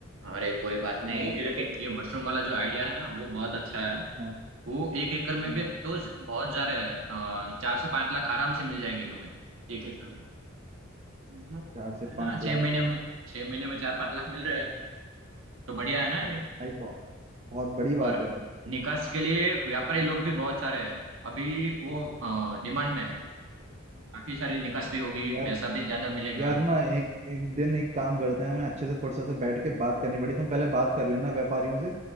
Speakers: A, on the right; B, on the right.
A: अरे कोई बात नहीं
B: हाँ
A: लेकिन ये मशरूम वाला जो आइडिया है ना वो बहुत अच्छा है
B: हाँ
A: वो एक एकड़ में
B: हाँ
A: भी तो ज- बहुत जा रहे हैं चार से पांच लाख आराम से मिल जाएंगे तुम्हें एक एकड़ में तो इतना तो अच्छा
B: चार से
A: है ना
B: पांच
A: छह
B: लाख
A: महीने
B: के
A: में छह महीने में चार पांच लाख मिल रहे हैं तो बढ़िया है ना ये
B: भाई बहुत बहुत बड़ी बात
A: और
B: है
A: निकास के लिए व्यापारी लोग भी बहुत सारे हैं अभी वो डिमांड में है तो काफी सारी निकास भी होगी
B: यार
A: पैसा भी ज्यादा मिलेगा
B: यार ना एक एक दिन एक काम करते हैं हमें अच्छे से फुर्सत से बैठ के बात करनी पड़ी तुम पहले बात कर लेना व्यापारियों से